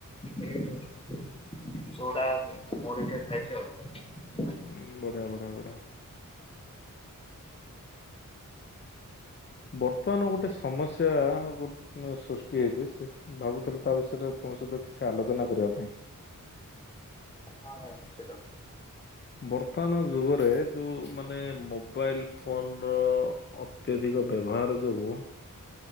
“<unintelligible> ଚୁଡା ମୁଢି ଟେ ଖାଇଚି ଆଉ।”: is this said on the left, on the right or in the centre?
Left